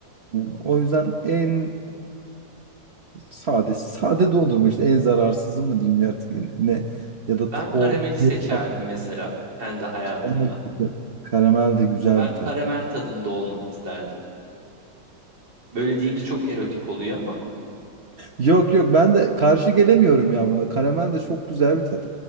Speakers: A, on the right (about 40°); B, on the right (about 70°).
A: Yani O yüzden en sade, sade dondurma işte en zararsızı mı diyeyim ya artık ne ya da
B: Ben
A: ta-
B: karameli
A: o
B: seçerdim
A: Ne tat?
B: mesela kendi hayatımda.
A: karamel de karamel de güzel
B: Ya ben
A: bir
B: karamel
A: tat.
B: tadında olmak isterdim. Böyle deyince çok erotik oluyor ama
A: Yok yok ben de karşı gelemiyorum ya buna. Karamel de çok güzel bir tat.